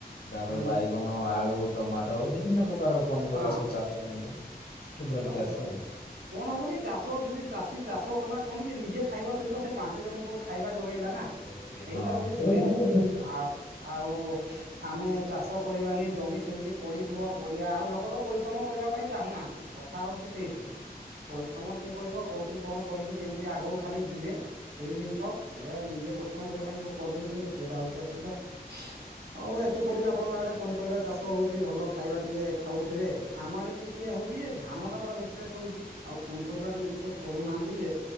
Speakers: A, on the left; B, on the right.
A: ତାପରେ
B: ହୁଁ
A: ବାଇଗଣ ଆଳୁ ଟମାଟୋ ବିଭିନ୍ନ ପ୍ରକାର ପନିପରିବା
B: ହଁ
A: ସବୁ ଚାଷ କରନ୍ତି। ସେଠୁ
B: ଏଇଟା
A: ଧରିକି
B: ଭଲ
A: ଆସୁ
B: ଭାଇ। କଣ ହବ କି ଚାଷ ଯଦି ଚାଷୀ ଚାଷ କଲା କଣ କି ନିଜେ ଖାଇବା ସହିତ ସେ ପାଞ୍ଚ ଜଣଙ୍କୁ ଖାଇବା ଯୋଗେଇଲା ନା।
A: ହଁ।
B: ସେଇଟା ହଉଛି ସୁବିଧା ଆଉ ଆଉ ଆମେ ଚାଷ କରିବାନି ଜମି ସେମିତି ପଡ଼ିଥିବ ପଡ଼ିଆ ଆଉ ଲୋକ ତ ପରିଶ୍ରମ କରିବା ପାଇଁ ଚାହୁଁନାହାଁନ୍ତି। କଥା ହଉଛି ସେଇଠି ପରିଶ୍ରମ କିଏ କରିବ କୋଉଠି କଣ କରିକି କେମିତି ଆଗକୁ ଖାଲି ଯିବେ। ସେଇ ଜିନିଷ ହେଲେ ନିଜେ ପରିଶ୍ରମ କରିବା ପାଇଁ ଯୋଉ କଦଳୁଛନ୍ତି ସେଇଟା ହଉଛି ଅସୁବିଧା। ହଉ ଏତେ ପରିବା ଆପଣଙ୍କ ଆଡେ ପନିପରିବା ଚାଷ ହଉଛି ଭଲ ଖାଇବା ଟିକେ ଖାଉଥିବେ। ଆମ ଆଡେ ଟିକେ ହଉଛି ଯେ ଧାନଟା ପୁରା ବିଶେଷ ହଉଛି ଆଉ ପନିପରିବା ଟିକେ ବିଶୋଷ କରୁନାହାନ୍ତି ଯେ